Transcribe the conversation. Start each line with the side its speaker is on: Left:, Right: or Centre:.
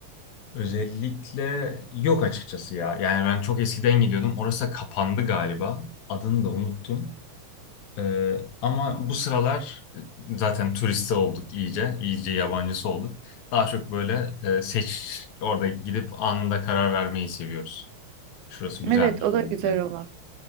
Left: Özellikle yok açıkçası ya. Yani ben çok eskiden gidiyordum. Orası da kapandı galiba. Adını da unuttum. Ee, ama bu sıralar zaten turiste olduk iyice, iyice yabancısı olduk. Daha çok böyle e, seç, orada gidip anında karar vermeyi seviyoruz. Şurası güzelmiş.
Right: Evet, o
Left: şuraya
Right: da güzel
Left: gidelim.
Right: olur.